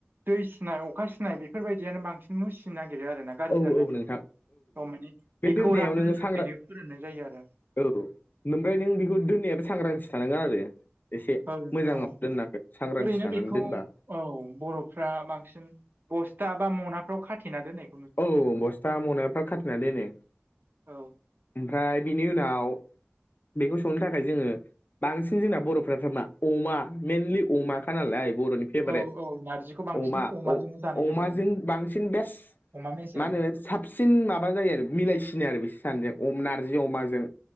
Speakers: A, on the right (about 50°); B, on the left (about 45°).
A: दै सिनाय अखा सिनाय बेफोरबायदियानो बांसिन मुसि नो नागिरो आरो ना गाज्रि
B: औ
A: जानो
B: औ
A: नागिरो
B: नोंथां
A: औ माने
B: बे
A: बेखौ
B: दोननायाव
A: रानहोनो
B: नोङो
A: थाखायनो
B: सांग्रां
A: फोराननाय जायो आरो
B: औ ओमफ्राय नों बेखौ दोननायाबो सांग्रांथि थानांगोन आरो एसे
A: औ नोंथां
B: मोजाङाव
A: औ
B: दोननांगोन सांग्रांथि
A: ओरैनो
B: जानानै
A: बेखौ
B: दोनबा
A: औ बर'फ्रा बांसिन बसथा बा मनाफ्राव खाथेना दोननाय
B: औ बसथा मनाफ्राव खाथेनानै दोनो
A: औ
B: ओमफ्राय बिनि उनाव बेखौ संनो थाखाय जोङो बांसिन जोंना बर'फ्राथार मा अमा मइेनलि अमाखा नालाय आरो बर'नि फेभरेट
A: औ औ नारजिखौ बांसिन
B: अमा
A: अमाजोंनो जानाय
B: अमाजों
A: जायो
B: बांसिन बेस्ट
A: अमा मेजेम
B: मा होनो साबसिन माबा जायो आरो मिलायसिनो आरो बिसोर सानैजों अम नारजिजों अमाजों